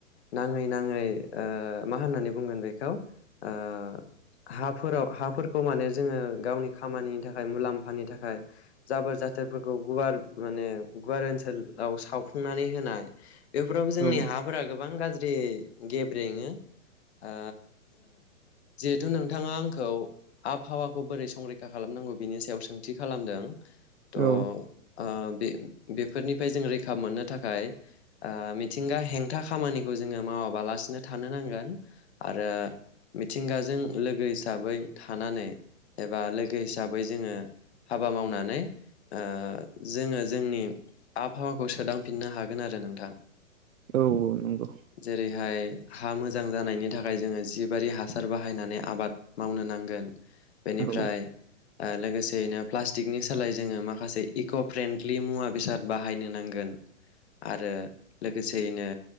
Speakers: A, on the left (about 55°); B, on the right (about 75°).
A: नाङै नाङै ओ मा होननानै बुंगोन बेखौ ओ हाफोराव हाफोरखौ माने जोङो गावनि खामानिनि थाखाय मुलाम्फानि थाखाय जाबोर जाथोर फोरखौ गुवार माने गुवार ओनसोलाव सावफुंनानै होनाय बेफोरावबो जोंनि
B: औ
A: हाफोरा गोब बां गाज्रि गेब्रेङो ओ जिहेथु नोंथाङा आंखौ आबहावाखौ बोरै संरैखा खालामनांगौ बिनि सायाव सोंथि खालामदों त' ओ
B: औ
A: बे बेफोरनिफ्राय जों रैखा मोननो थाखाय ओ मिथिंगा हेंथा खामानिखौ जोङो मावाबालासिनो थानो नांगोन आरो मिथिंगाजों लोगो हिसाबै थानानै एबा लोगो हिसाबै जोङो हाबा मावनानै ओ जोङो जोंनि आबहावाखौ सोदांफिननो हागोन आरो नोंथां
B: औ नंगौ
A: जेरैहाय हा मोजां जानायनि थाखाय जोङो जिबारि हासार बाहायनानै आबाद मावनो नांगोन। बेनिफ्राय
B: औ
A: ओ लोगोसेयैनो प्लास्टिकनि सोलाय जोङो मा खासे इक' फ्रेन्डलि मुवा बेसाद बाहायनो नांगोन आरो लो गोसेयैनो